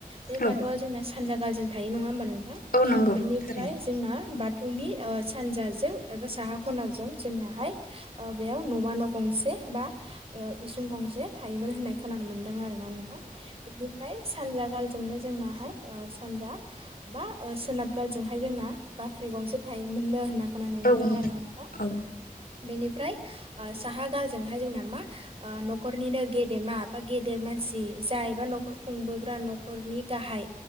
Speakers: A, on the right; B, on the left.
A: बे
B: औ
A: बाथौआ जोंना सानजा गालजों थायो नङा होमबा नोंथां। नों
B: औ नंगौ
A: बेनिफ्राय
B: थारैनो
A: जोंना बा- थौनि सानजाजों एबा साहा खनाजों जोंनाहाय बेयाव न'मा न' गंसे बा ओ इसुं गंसे थायोमोन होननाय खोनानो मोनदों आरोना। नोंथां इनिफाय सानजा गाल- जोंनो जोंनाहाय ओ सान्जा बा सोनाब गालजोंहाय जोंना बाख्रि गंसे थायोमोन। मोननो होनना खोनानो मोनदों
B: औ
A: आरोना नोंथां।
B: औ
A: बेनिफ्राय ओ साहा गालजों हाय जोंना मा न'खरनिनो गेदेमा बा गेदेर मानसि जायबा न'खर खुंबोग्रा न' नखरनि गाहाय